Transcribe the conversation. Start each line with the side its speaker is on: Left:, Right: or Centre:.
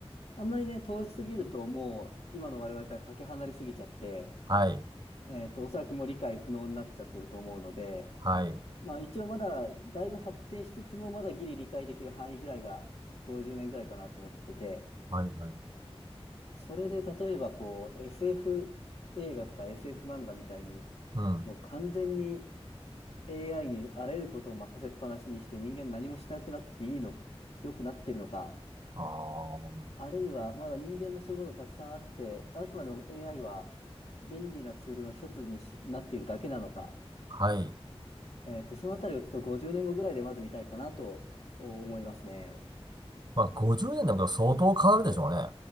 Left: あんまりね、遠しすぎるともう今の我々からかけ離れすぎちゃって、
Right: はい。
Left: えっと、おそらくもう理解不能になっちゃってると思うので、
Right: はい。
Left: まあ一応まだだいぶ発展しつつもまだギリ理解できる範囲ぐらいが50年ぐらいかなと思ってて、
Right: はい、はい。
Left: それで例えばこう SF 映画とか SF 漫画みたいに
Right: うん。
Left: もう完全に AI にあらゆることを任せっぱなしにして人間何もしなくなっていいの、良くなってるのか、
Right: あー、
Left: あるいはまだ人間のそういうことたくさんあって、あくまでも AI は便利なツールの一つにしなっているだけなのか、
Right: はい。
Left: えっと、そのあたりをちょっと50年後ぐらいでまず見たいかなと思いますね。
Right: まあ、50年だけど相当変わるでしょうね。